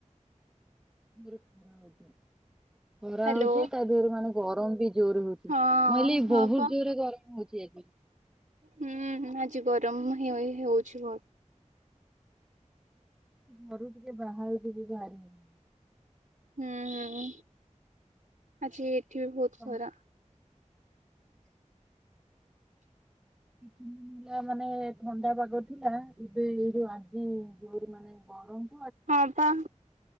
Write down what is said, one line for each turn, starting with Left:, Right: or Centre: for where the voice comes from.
Centre: ହ ଖରା
Right: ହ୍ୟାଲୋ
Centre: ହଉଛି ତା ରେ ମାନେ ଗରମ ବି ଜୋରରେ ହଉଛି
Right: ହଁ
Centre: ମୁକହିଲି
Right: ହଁ
Centre: ବହୁତ
Right: ପା
Centre: ଜୋର ରେ ଗରମ ହଉଛି ଆଜି।
Right: ହୁଁ ଆଜି ଗରମ ହୋଅ ହଉଛି <unintelligible>
Centre: ଘରୁ ଟିକେ ବାହାରୁ ବି ବାହାରିି ହେଉନି।
Right: ହୁଁ ହୁଁ ଆଜି ଏଠି ବି ବହୁତ
Centre: ତମ
Right: ଖରା। <inaudible>
Centre: ହୁଁ ମାନେ ଥଣ୍ଡା ପାଗ ଥିଲା ଏବେ ଏଇ ଯୋଉ ଆଜି ଜୋରି ମାନେ କଣ ଗରମ
Right: ହଁ ପା